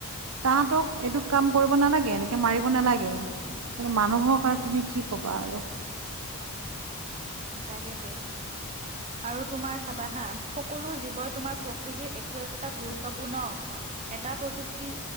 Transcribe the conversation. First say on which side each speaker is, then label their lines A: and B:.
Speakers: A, on the right; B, on the right.
A: তাহাঁতক এইটো কাম কৰিব নালাগে এনেকে মাৰিব নালাগে। কিন্তু মানুহৰ কাৰণ তুমি কি কবা আৰু।
B: তাকেতো। আৰু তোমাৰ চাবাহা সকলো জীৱই তোমাৰ প্ৰকৃতিৰ একো একোটা গুৰুত্বপূৰ্ণ অংশ। এটা প্ৰযুক্তি